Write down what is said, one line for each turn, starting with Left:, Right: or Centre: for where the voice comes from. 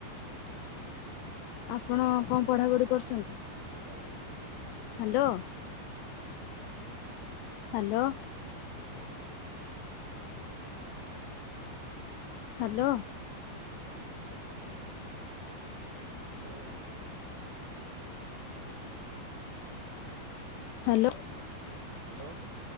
Left: ଆପଣ କଁ ପଢାପଢି କରୁଛନ୍ତି।
Right: Hello.
Left: Hello hello. Hello.
Right: Hello.
Left: Hello.
Right: Hello.